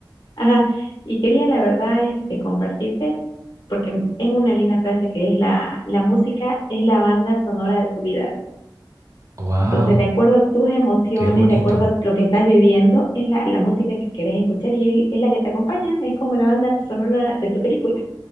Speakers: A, on the left; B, on the right.
A: ajá, y quería la verdad, este, compartirte. porque es una linda frase que es la, la música es la banda sonora de tu vida.
B: Wow,
A: Entonces, de acuerdo a tus emociones,
B: qué bonito.
A: de acuerdo a lo que estás viviendo, es la, la música que quieres escuchar y es, es la que te acompaña, es como la banda sonora de tu película.